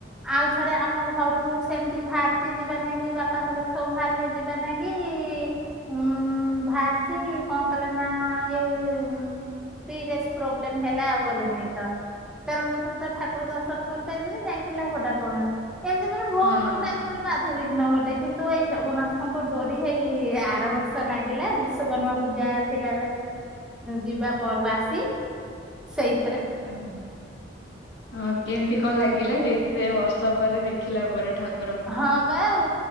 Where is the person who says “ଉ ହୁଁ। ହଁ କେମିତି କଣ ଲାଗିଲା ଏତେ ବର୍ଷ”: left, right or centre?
Left